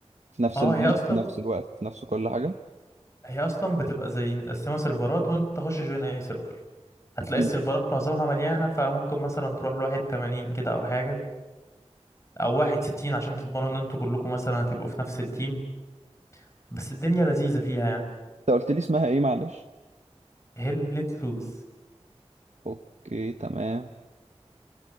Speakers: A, on the right; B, on the left.
A: في نفس
B: اه
A: الماب
B: هي أصلا
A: في نفس الوقت في نفس كل حاجة
B: هي أصلا بتبقى زي متقسمة سيرفرات وأنت تخش جوين أي سيرفر هتلاقي
A: مم.
B: السيرفرات
A: انت
B: معظمها مليانة فممكن مثلا تروح لواحد تمانين كده أو حاجة أو واحد ستين عشان تضمنوا إن انتوا كلكم مثلا هتبقوا في نفس التيم بس الدنيا لذيذة فيها يعني
A: قلت لي اسمها ايه معلش؟
B: هل لوز
A: اوكي تمام